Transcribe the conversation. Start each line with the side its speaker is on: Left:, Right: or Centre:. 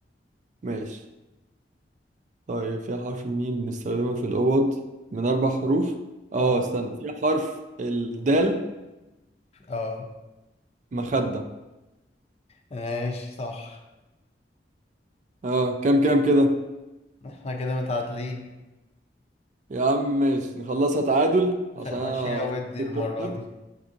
Right: ماشي طيب في حرف الميم بنستخدمها في الأوض من أربع حروف اه
Left: اه
Right: استنى في حرف الدال
Left: اه
Right: مخدة
Left: ماشي صح
Right: اه كام كام كده
Left: احنا كده متعادلين
Right: يا عم ماشي نخلصها تعادل عشان
Left: خ- ماشية
Right: أنا
Left: ودي
Right: أخاف إنك
Left: المرة
Right: تخسر
Left: دي